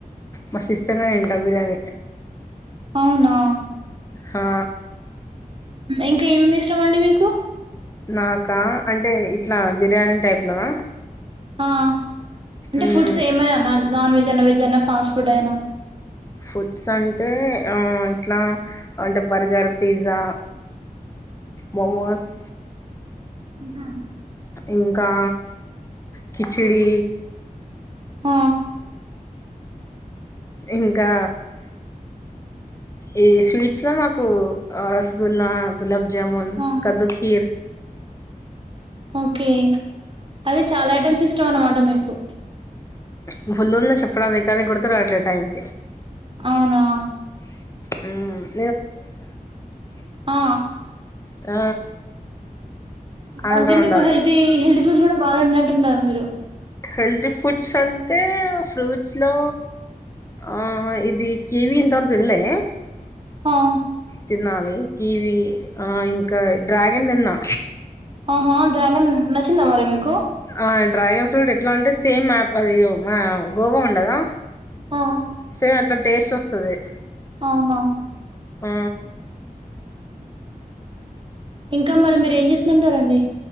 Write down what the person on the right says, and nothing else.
అవునా
ఇంకా ఏమేమి ఇష్టం అండి మీకు
ఆ అంటే
ఫుడ్స్ ఏమైనా నా నాన్ వెజ్ అయినా వెజ్ అయినా ఫాస్ట్ ఫుడ్ అయినా
ఉ హు
ఆ
ఆ,
ఓకే అదే చాలా ఐటెమ్స్ ఇష్టం అన్నమాట మీకు
అవునా
ఆ
అంటే
మీకు హెల్తీ హెల్తీ ఫుడ్స్ కూడా బాగాండి అంటుంటను మీరు
ఆ
ఆహా డ్రాగన్ నచ్చిందా మరి మీకు
ఆ
అవునా
ఇంకా మరి మీరు ఏం చేస్తుంటారండి,